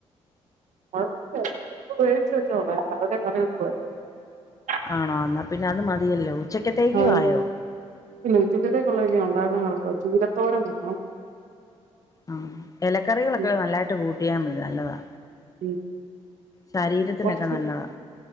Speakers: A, on the right; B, on the left.
A: <inaudible>
B: ആണോ എന്നാ പിന്നെ അത് മതിയല്ലോ? ഉച്ചക്കത്തേക്കും
A: ആ
B: ആയോ
A: പിന്നെ ഉച്ചക്കത്തേക്കൊള്ളതല്ലേ ഞാ വിഭവങ്ങളൊക്കെ വെച്ച് ചീരത്തോരൻ വെക്കണം
B: ആഹ് എലക്കറികളൊക്കെ
A: ഉം,
B: നല്ലായിട്ട് കൂട്ടിയാ മൈ നല്ലതാ
A: ഉം
B: ശരീരത്തിനൊക്കെ
A: കൊറച്ച്.
B: നല്ലതാ